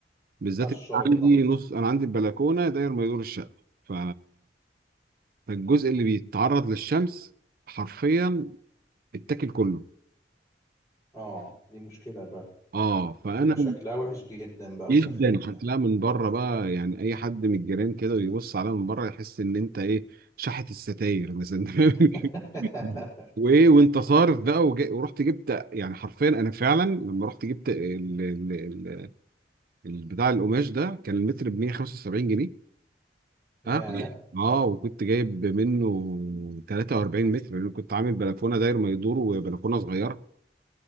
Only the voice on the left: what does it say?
الشرط
طبعا
اه دي مشكلة بقى
بيبقى شكلها وحش جدا بقى وسخيف
يعني
<laughs>
ياه